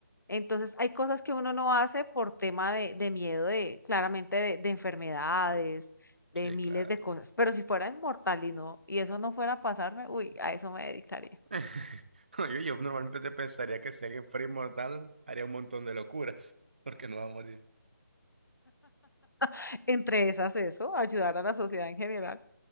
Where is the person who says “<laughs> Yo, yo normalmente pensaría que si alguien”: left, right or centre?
Right